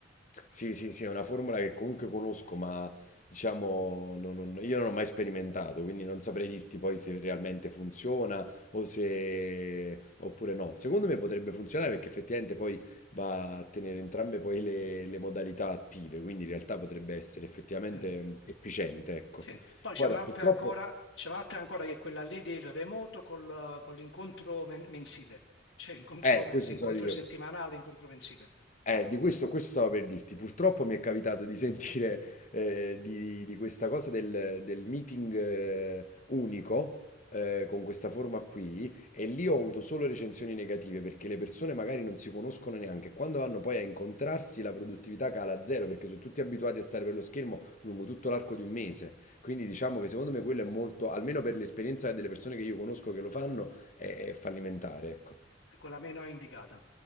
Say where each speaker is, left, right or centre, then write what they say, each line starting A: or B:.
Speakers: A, on the left; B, on the left.
A: Sì, sì, sì, è una formula che comunque conosco, ma diciamo non- non- io non ho mai sperimentato, quindi non saprei dirti poi se realmente funziona o se... oppure no. Secondo me potrebbe funzionare perché effettivamente poi va a tenere entrambe poi le, le modalità attive, quindi in realtà potrebbe essere effettivamente
B: Eh,
A: mm, efficiente, ecco.
B: sì. Poi c'è
A: Guarda,
B: un'altra
A: purtroppo...
B: ancora, c'è un'altra ancora che è quella lì del remoto col- con l'incontro men- mensile. C'è incontro,
A: Eh,
B: mens-
A: questo
B: incontro
A: so io.
B: settimanale, incontro mensile.
A: Eh, di questo, questo stavo per dirti. Purtroppo mi è capitato di sentire eh, di, di questa cosa del, del meeting eh, unico eh, con questa forma qui e lì ho avuto solo recensioni negative perché le persone magari non si conoscono neanche. Quando vanno poi a incontrarsi la produttività cala a zero perché sono tutti abituati a stare per lo schermo lungo tutto l'arco di un mese. Quindi diciamo che secondo me quello è molto, almeno per l'esperienza delle persone che io conosco che lo fanno, è, è fallimentare, ecco.
B: È quella meno indicata.